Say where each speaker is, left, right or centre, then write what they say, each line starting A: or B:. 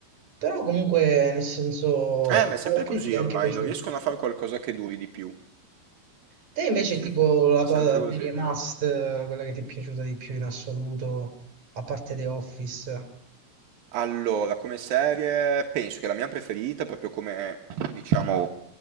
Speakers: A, on the right; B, on the right.
A: però comunque nel senso
B: Eh, ma è sempre
A: alla critica
B: così ormai,
A: è anche piaciuto.
B: non riescono a fare qualcosa che duri di più.
A: Te invece
B: <laughs>
A: tipo la
B: Sempre
A: tua
B: così.
A: serie Must, eh, quella che ti è piaciuta di più in assoluto, a parte The Office?
B: Allora, come serie, penso che la mia preferita, proprio come, diciamo,